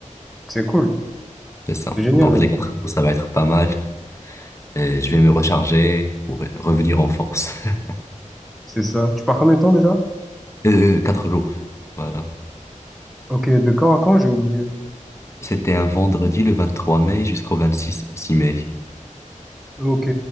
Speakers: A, in the centre; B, on the left.
A: C'est cool,
B: C'est ça.
A: c'est génial
B: Donc,
A: même.
B: les quatre jours, ça va être pas mal. Et je vais me recharger pour revenir en force. <laughs>
A: C'est ça. Tu pars combien de temps déjà?
B: Euh, quatre jours. Voilà.
A: Ok, de quand à quand, j'ai oublié.
B: C'était un vendredi le 23 mai jusqu'au 26 6 mai.
A: Ok,